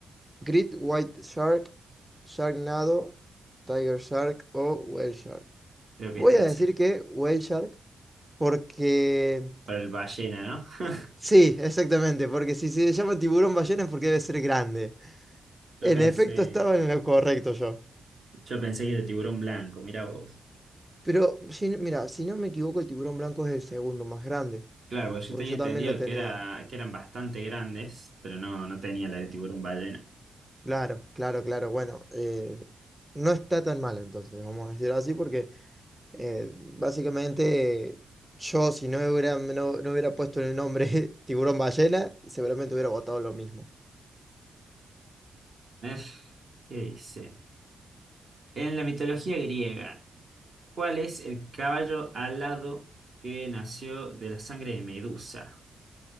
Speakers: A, in the centre; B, on the right (about 45°).
A: Great White Shark, Sharknado, Tiger Shark o Whale Shark.
B: Creo que
A: Voy
B: esta
A: a
B: la
A: decir
B: sé.
A: que Whale Shark. Porque...
B: Para el ballena, ¿no? <laughs>
A: Sí, exactamente, porque si se llama tiburón ballena es porque debe ser grande.
B: Yo
A: En
B: pensé,
A: efecto, estaba en lo correcto yo.
B: yo pensé que era tiburón blanco, mira vos.
A: Pero, si, no- mira, si no me equivoco, el tiburón blanco es el segundo más grande,
B: Claro, porque yo
A: porque
B: tenía
A: yo
B: entendido
A: también lo tenía.
B: que era, que eran bastante grandes, pero no, no tenía la del tiburón ballena.
A: Claro, claro, claro. Bueno, eh, no está tan mal entonces, vamos a decirlo así, porque eh, básicamente eh, yo, si no hubiera, no, no hubiera puesto el nombre <laughs> tiburón ballena, seguramente hubiera votado lo mismo.
B: A ver, ¿qué dice? En la mitología griega, ¿cuál es el caballo alado que nació de la sangre de Medusa?